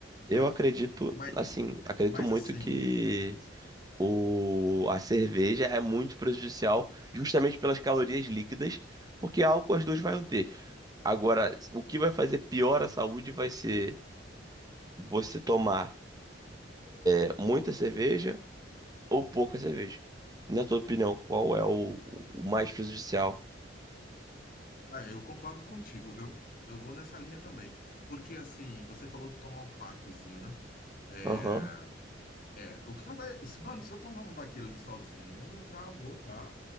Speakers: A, on the left; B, on the right.
A: Mas,
B: eu acredito,
A: mas,
B: assim, acredito
A: mas
B: muito
A: assim,
B: que o- a cerveja é muito prejudicial justamente pelas calorias líquidas, porque álcool as duas vão ter. Agora, o que vai fazer pior à saúde vai ser você tomar é, muita cerveja ou pouca cerveja. Na tua opinião, qual é o, o mais prejudicial?
A: ah, eu concordo contigo, viu? Eu vou nessa linha também. Porque assim, você falou de tomar o packzinho, né? É,
B: Aham,
A: é, o cara vai. Mano, se eu tomar um daquele ali sozinho, já vou tá,